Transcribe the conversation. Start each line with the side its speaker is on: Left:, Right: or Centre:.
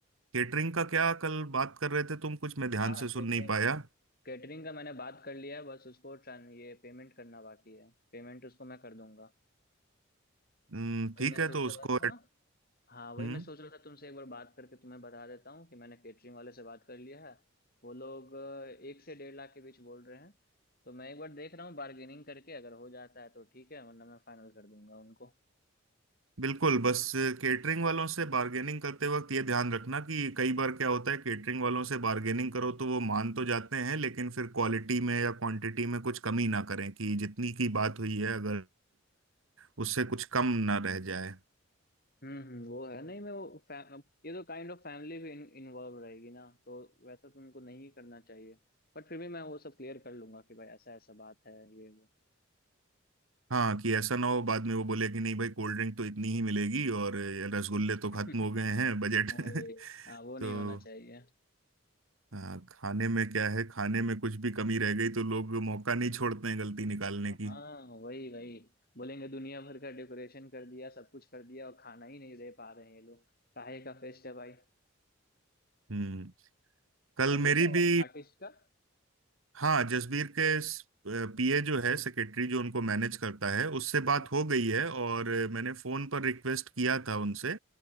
Right: केटरिंग का क्या कल बात कर रहे थे तुम कुछ मैं ध्यान
Left: हाँ हाँ
Right: से सुन
Left: कैटरिंग
Right: नहीं पाया
Left: कैटरिंग का मैंने बात कर लिया है बस उसको ट्रां- ये पेमेंट करना बाकी है पेमेंट उसको मैं कर दूंगा
Right: हम्म,
Left: वही
Right: ठीक
Left: मैं सोच
Right: है तो उसको
Left: रहा था हाँ वही
Right: हम्म
Left: मैं सोच रहा था तुमसे एक बार बात करके तुम्हें बता देता हूँ कि मैंने कैटरिंग वाले से बात कर लिया है वो लोग अ, एक से डेढ़ लाख के बीच बोल रहे हैं तो मैं एक बार देख रहा हूँ बार्गेनिंग करके अगर हो जाता है तो ठीक है वरना मैं फाइनल कर दूंगा उनको
Right: बिल्कुल बस केटरिंग वालों से बार्गेनिंग करते वक्त ये ध्यान रखना कि कई बार क्या होता है केटरिंग वालों से बार्गेनिंग करो तो वो मान तो जाते हैं लेकिन फिर क्वालिटी में या क्वांटिटी में कुछ कमी ना करें कि जितनी की बात हुई है अगर उससे कुछ कम ना रह जाए
Left: हम्म हम्म, वो है नहीं मैं वो फैम ये तो काइंड ऑफ फैमिली भी इन्वॉल्व रहेगी ना तो वैसा तुमको नहीं करना चाहिए बट फिर भी मैं वो सब क्लियर कर लूंगा कि भाई ऐसा ऐसा बात है ये वो
Right: हाँ कि ऐसा ना हो बाद में वो बोले कि नहीं भाई कोल्ड ड्रिंक तो इतनी ही मिलेगी और ये रसगुल्ले
Left: <laughs>
Right: तो खत्म हो गए हैं बजट
Left: वही हाँ
Right: <laughs>
Left: वो नहीं
Right: तो
Left: होना चाहिए
Right: हाँ, खाने में क्या है खाने में कुछ भी कमी रह गई तो लोग मौका नहीं छोड़ते हैं गलती निकालने
Left: हाँ
Right: की
Left: वही वही बोलेंगे दुनिया भर का डेकोरेशन कर दिया सब कुछ कर दिया और खाना ही नहीं दे पा रहे हैं ये लोग काहे का फेस्ट है भाई
Right: हम्म कल
Left: और
Right: मेरी
Left: वो क्या हुआ
Right: भी
Left: आर्टिस्ट का
Right: हाँ जसबीर के पीए जो है सेक्रेटरी जो उनको मैनेज करता है उससे बात
Left: हाँ हाँ
Right: हो गई है और मैंने फोन पर रिक्वेस्ट किया था उनसे